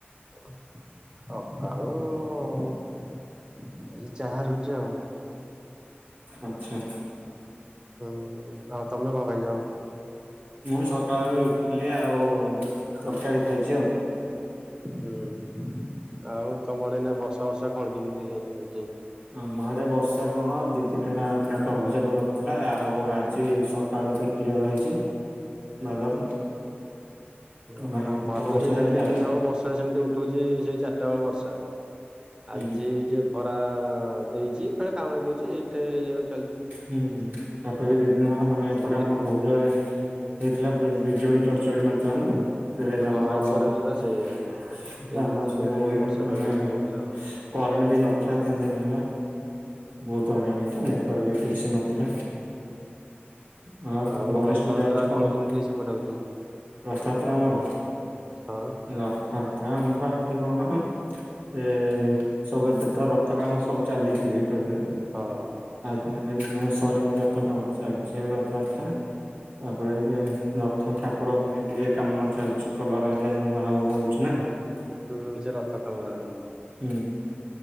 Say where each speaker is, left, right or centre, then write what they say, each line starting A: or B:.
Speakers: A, on the right; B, on the right.
A: ସକାଳୁ ଏଇ ଚାହା ରୁଟି ଆଉ।
B: ଆଚ୍ଛା।
A: ହୁଁ ଆଉ ତମେ କଣ ଖାଇଚ?
B: ମୁଁ ସକାଳ ଇଟିଲି ଆଉ ତରକାରୀ ଖାଇଛି ଆଉ।
A: ହୁଁ ହୁ ଆଉ ତମର ଏଇନା ବର୍ଷା ଫର୍ଷା କଣ କେମିତି ହଉଛି।
B: ଆମ ଆଡେ ବର୍ଷା କଣ ଦି ଦିନ ହେଲା ପୁରା ଲଘୁଚାପ ଦରଥିଲା ଆଉ ଆଜି ସକାଳୁ କ୍ଳିଅର ହେଇଚି ବାଦଲ।
A: ଓହ
B: ହଁ ଏମିତି
A: ଆମର
B: ବର୍ଷା
A: ତ ସେଇ
B: ଚାଲି
A: ଦି ତିନି
B: ତା
A: ଦିନ ହବ ବର୍ଷା ସେମିତି ଉଠଉଛି ସେଇ ଚାରିଟା ବେଳେ ବର୍ଷା।
B: ହୁଁ
A: ଆଜି ଟିକେ ଖରା ଦେଇଛି ଫଳେ କାମୁଳି ଦଉଛି ଏଇଟା ଇଏ ହଉଛି।
B: ହୁଁ ତାପରେ ବି ଦି ଦିନ ହବ ନାହେନେ ଏପଟେ
A: ହୁଁ ଦି
B: ଆମ ବହୁତ ଜଳେ ହେଇଥିଲା ବିଜୁଳି ଚଢଚଡି ମାରୁଥିଲା ନା। ସେ ଆମର
A: ହଁ ଏପଟେ
B: <unintelligible>
A: ସୁଧା ସେଇଆ। ସେଇ
B: ଆମ
A: ଦି ତିନି
B: ସବୁ
A: ଦିନ ବର୍ଷା
B: ମାନେ
A: ତ ଲାଗିକି ରହିଥିଲା ଆଉ।
B: କରେଣ୍ଟ ବି ନଥିଲା ତିନି ଦିନ ହେଲା ବହୁତ ହଇରାଣ ହେଇଥିଲା
A: ହୁଁ
B: ନେଟାର୍କ ବି କିଛି ନଥିଲା। ହଁ
A: ଆଉ
B: ଗଣେଶ
A: ରଥଯାତ୍ରା
B: ପୂଜା ହଉଛି କଣ
A: କେମିତି ସେପଟେ ହଉଛି?
B: ରଥଯାତ୍ରା ଆମର।
A: ହଁ।
B: ରଥଯାତ୍ରା ଆମର ଏଠି କଣ କହିଲୁ ସେ ସବୁ ଏବେ ତ ରଥ କାମ ସବୁ ଚାଲଛିି ବି ସବୁ।
A: ହଁ।
B: ମାନେ ସରିନି ରଥ କାମ ଚାଲିଛି ଏବେ ରଥଯାତ୍ରା। ତାପରେ ଏବେ ରଥ ଠାକୁରଙ୍କୁ ବି ଟିକେ କାମ ଚାଲିଛି କଲର ହେଇା ନୂଆ ହବ ହଉଛି ନା। <unintelligible>
A: ହୁଁ ସେ ରଥ କାମରେ ହଁ।
B: <unintelligible>